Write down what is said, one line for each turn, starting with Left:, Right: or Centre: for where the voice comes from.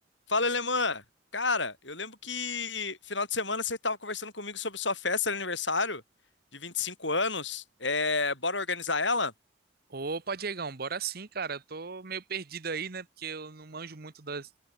Left: Fala, Alemã! Cara, eu lembro que final de semana você estava conversando comigo sobre sua festa de aniversário de 25 anos. É, bora organizar ela?
Right: Opa, Diegão, bora sim, cara. Eu tô meio perdido aí, né? Porque eu não manjo muito das